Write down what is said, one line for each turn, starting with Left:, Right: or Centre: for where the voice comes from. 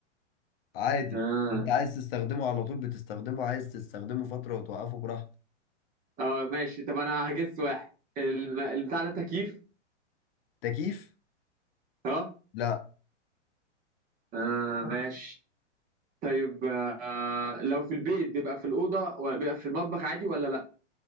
Left: عادي
Right: اه
Left: انت عايز تستخدمه على طول بتستخدمه عايز تستخدمه فترة وتوقفه براحتك
Right: اه ماشي طب انا هجس واحد الم... البتاع ده تكييف
Left: تكييف
Right: اه
Left: لا
Right: اه ماشي طيب آه لو في البيت بيبقى في الأوضة ولا بيبقى في المطبخ عادي ولا لا